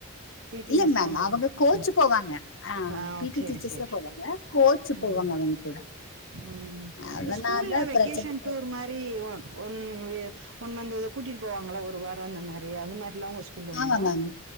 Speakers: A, on the right; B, on the left.
A: பீ டி
B: இல்ல
A: மிஸ்
B: மேம்
A: தா போறமா
B: அவங்க கோச்சு
A: ம்
B: போவாங்க ஆ
A: அ
B: பிடி
A: சேரி
B: டீச்சர்ஸ்
A: சேரி
B: தா போவாங்க கோச்சு
A: ம்
B: போவாங்க அவங்க கூட
A: ம் இந்த
B: அதனால
A: ஸ்கூல்ல வெக்கேஷன்
B: பிரச்சன
A: டூர் மாரி one one way one month கூட்டிட்டு போவாங்ளா ஒரு வாரோ அந்த மாரி அது மாரில்லா உங்க ஸ்கூல்ல
B: ஆமா
A: உண்டா
B: மேம்